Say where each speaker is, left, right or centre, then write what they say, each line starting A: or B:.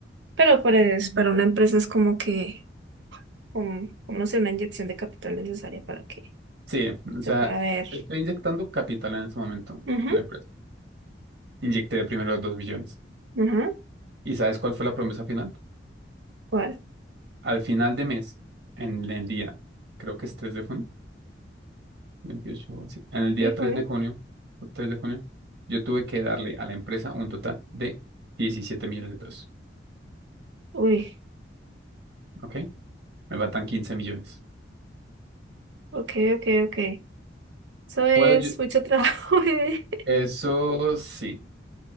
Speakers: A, on the right (about 80°); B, on the right (about 65°).
A: Pero pues para una empresa es como que, como, como no sé, una inyección de capital necesaria para que
B: sí, o
A: se
B: sea,
A: pueda ver.
B: estoy inyectando capital en este momento
A: Ujú,
B: en la empresa. Inyecté primero 2 millones.
A: ujú.
B: ¿Y sabes cuál fue la promesa final?
A: ¿Cuál?
B: Al final de mes, en el día, creo que es 3 de junio. 28 sí. En el día
A: ¿De
B: tres
A: junio?
B: de junio, tres de junio, yo tuve que darle a la empresa un total de 17 millones de pesos,
A: Uy,
B: ¿ok? Me faltan 15 millones.
A: ok, ok, ok. Eso es
B: Puedo yo-
A: mucho trabajo, <laughs> bebé.
B: Eso sí,